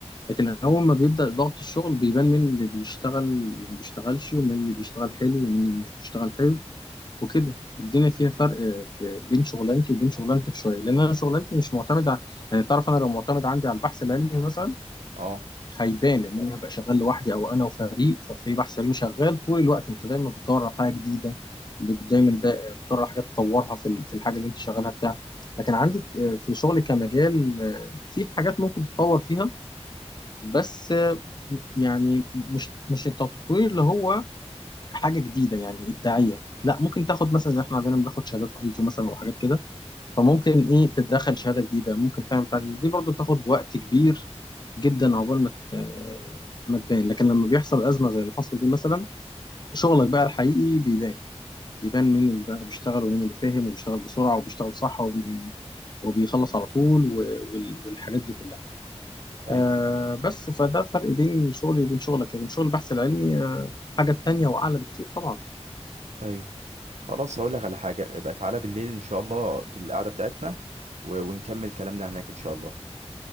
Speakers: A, on the left (about 40°); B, on the right (about 85°).
A: لكن أول ما بيبدأ ضغط الشغل بيبان مين اللي بيشتغل وما بيشتغلش ومين اللي بيشتغل حلو ومين اللي مش بيشتغل حلو وكده الدنيا فيها فرق في بين شغلانتي وبين شغلانتك شوية لأن أنا شغلانتي
B: اه
A: مش معتمدة ع- يعني تعرف أنا لو معتمد عندي على البحث العلمي مثلا
B: اه
A: هيبان لأن أنا هبقى شغال لوحدي أو أنا وفريق ففي بحث علمي شغال طول الوقت أنت دايما بتدور على حاجة جديدة بت- دايما دا بتدور على حاجات تطورها في ال- في الحاجة اللي أنت شغالها بتاع لكن عندك آه، في شغلي كمجال آه، في حاجات ممكن تتطور فيها بس يعني مش مش التطوير اللي هو حاجه جديده يعني ابداعيه لا ممكن تاخد مثلا زي احنا عندنا بناخد شهادات ايزو مثلا او حاجات كده فممكن ايه تدخل شهاده جديده ممكن تعمل بتاع جديد. دي برضو تاخد وقت كبير جدا عقبال ما ت- ما تبان لكن لما بيحصل ازمه زي اللي حصل دي مثلا شغلك بقى الحقيقي بيبان بيبان مين اللي بقى بيشتغل ومين اللي فاهم وبيشتغل بسرعه وبيشتغل صح وبي وبيخلص على طول و- وال- والحاجات دي كلها
B: ايوه
A: آه بس فده فرق بين شغلي وبين شغلك لكن شغل البحث العلمي آه حاجة تانية وأعلى بكتير طبعا
B: ايوه خلاص هقول لك على حاجة يبقى تعالى بالليل ان شاء الله في القعدة بتاعتنا و- ونكمل كلامنا هناك ان شاء الله